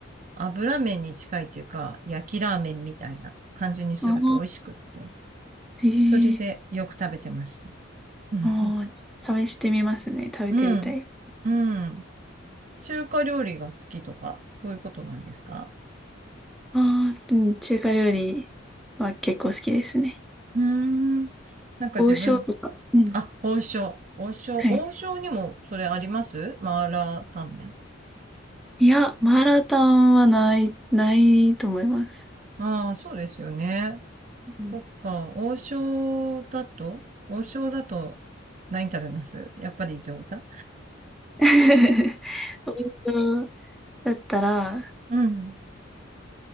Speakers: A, on the right; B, in the centre.
A: 油麺に近いというか、焼きラーメンみたいな感じにすると美味しくって。
B: ああ、へえ。
A: それでよく食べてました。<laughs>
B: ああ、試してみますね。食べてみたい。
A: うん。うん。中華料理が好きとか、そういうことなんですか
B: ああ、うん、中華料理は結構好きですね。
A: うーん。なんか自分、
B: 王将とか。うん。
A: あ、王将。王将。
B: はい。
A: 王将にもそれありますマーラータンメン。
B: いや、マーラータンはない、ないと思います。
A: ああ、そうですよね。
B: うん
A: そっか、王将だと王将だと何食べますやっぱり餃子
B: <laughs> 王将だったら、
A: うん。